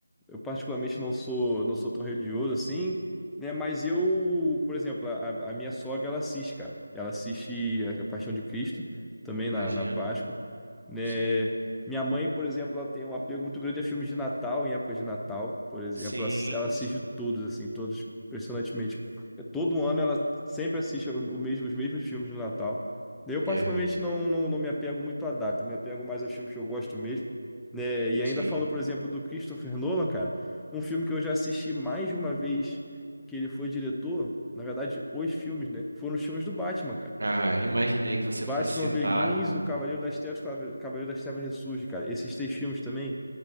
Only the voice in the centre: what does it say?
Eu particularmente não sou, não sou tão religioso assim, né? Mas eu, por exemplo, a, a minha sogra, ela assiste, cara. Ela assiste a Paixão de Cristo, também
na, na Páscoa, né?
Minha mãe, por exemplo, ela tem um apego muito grande a filmes de Natal, em época de Natal, por exemplo.
Ela, ass- ela assiste
todos, assim, todos, impressionantemente. É, Todo ano ela sempre assiste o, o mesmo, os mesmos filmes do Natal. Eu,
particularmente, não, não, não me apego muito à data, me apego mais aos filmes que eu gosto mesmo né? E ainda
falando, por exemplo, do Christopher Nolan, cara, um filme que eu já assisti mais de uma vez que ele foi diretor, na verdade, os filmes, né? Foram os filmes do Batman, cara.
O Batman
Begins, o Cavaleiro das Trevas, o Cavaleiro Cavaleiro das Trevas Ressurge, cara. Esses três filmes também,